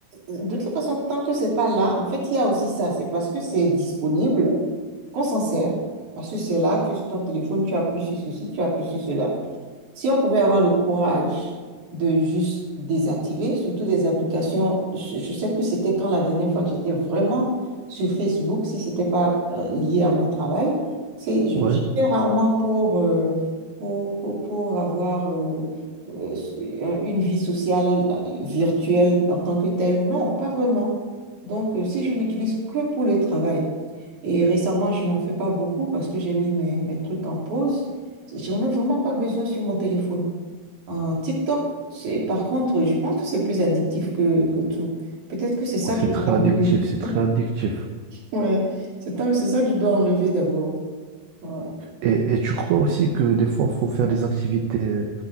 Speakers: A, on the right (about 45°); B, on the right (about 75°).
A: de toute façon, tant que c'est pas là, en fait, il y a aussi ça. C'est parce que c'est disponible qu'on s'en sert. Parce que c'est là, tu es sur ton téléphone, tu appuies sur ceci, tu appuies sur cela. Si on pouvait avoir le courage de juste désactiver, surtout des applications, je ne sais plus c'était quand la dernière fois que j'étais vraiment sur Facebook, si c'était pas euh, lié à mon travail, c'est, je,
B: Ouais,
A: je fais rarement pour, euh, pour, pour, pour avoir euh, euh, une vie sociale euh, virtuelle en tant que telle. Non, pas vraiment. Donc, euh, si je l'utilise que pour le travail, et récemment, je n'en fais pas beaucoup parce que j'ai mis mes, mes trucs en pause. J'en ai vraiment pas besoin sur mon téléphone. En TikTok, c'est, par contre, je pense que c'est plus addictif que, que tout. Peut-être que c'est ça
B: Ouais,
A: que
B: c'est
A: je dois
B: très addictif,
A: enlever.
B: c'est
A: <laughs>
B: très addictif.
A: Ouais, c'est ça c'est ça que je dois enlever d'abord. Ouais.
B: Et, et tu crois aussi que des fois, il faut faire des activités